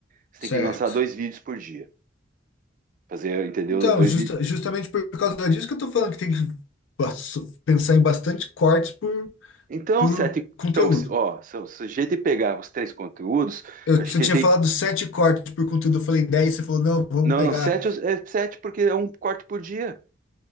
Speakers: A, on the right; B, on the left.
A: você
B: certo.
A: tem que lançar dois vídeos por dia. Fazer, entendeu?
B: Então,
A: Dois
B: justa-
A: vídeos.
B: justamente por causa disso que eu tô falando que tem que bas- pensar em bastante cortes por,
A: Então,
B: por
A: sete.
B: conteúdo.
A: Então, se- ó, se, se a gente pegar os três conteúdos,
B: Eu,
A: a gente
B: você tinha
A: tem.
B: falado 7 cortes por conteúdo, eu falei dez você falou, não, vamos
A: Não,
B: pegar.
A: não, sete é sete porque é um corte por dia.